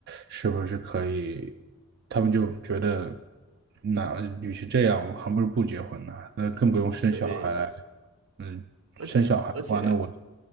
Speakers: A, on the right; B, on the right.
A: 是不是可以？他们就觉得，那与其这样，我还不如不结婚呢。那更不用生小孩来，
B: 对，
A: 嗯，
B: 而且而且，
A: 生小孩的话，那我